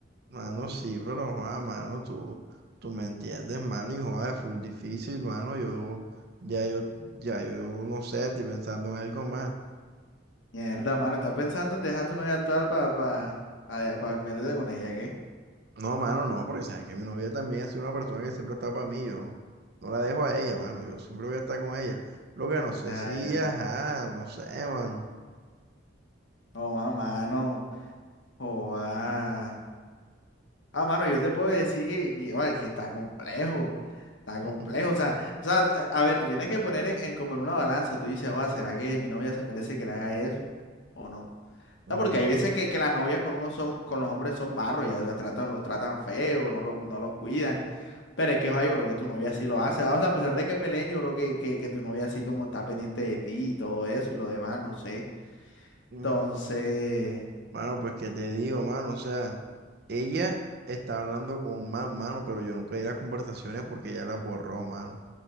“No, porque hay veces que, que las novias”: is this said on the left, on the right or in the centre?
Left